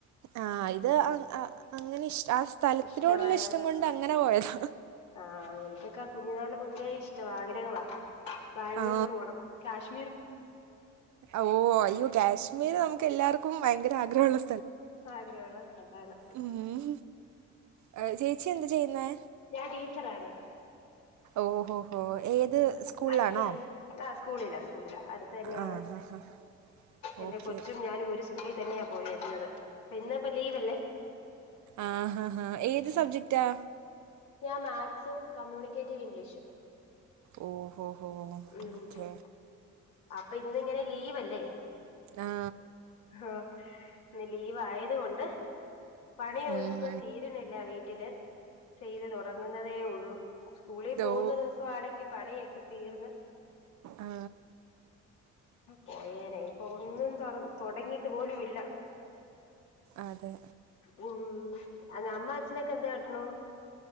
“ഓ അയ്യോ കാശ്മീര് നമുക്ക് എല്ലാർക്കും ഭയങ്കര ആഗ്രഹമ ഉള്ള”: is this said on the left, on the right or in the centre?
Right